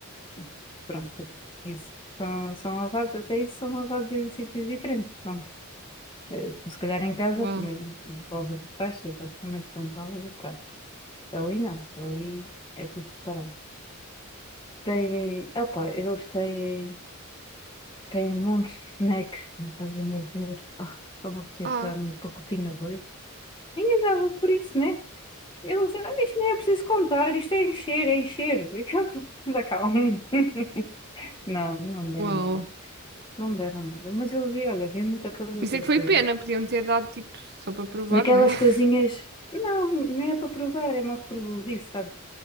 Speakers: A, on the left; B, on the right.
A: <laughs> Pronto, isso. São, são lavados, até isso são lavados em sítios diferentes. Pronto. Eh, tu, se calhar em casa,
B: Uau.
A: primeiro lavas os tachos, exatamente quando lavas o prato. Ali não, ali é tudo separado. Têm, opa, eles têm, têm montes de snacks, como estás a me dizer. Ah, só me apetecia
B: Ah,
A: pegar num pacotinho ou dois. Ninguém dava por isso, né? Eles, ah, isto nem é preciso contar, isto é encher, é encher. <laughs> Anda cá. um. <laughs> Não, não me deram
B: uau.
A: nada. Não me deram nada. Mas eu vi, olha, vi muita coisa
B: Isso
A: para
B: é que
A: ser.
B: foi pena. Podiam ter dado, tipo, só para provar,
A: Daquelas
B: né? <laughs>
A: coisinhas, não, nem é para provar, é mais por isso, sabes?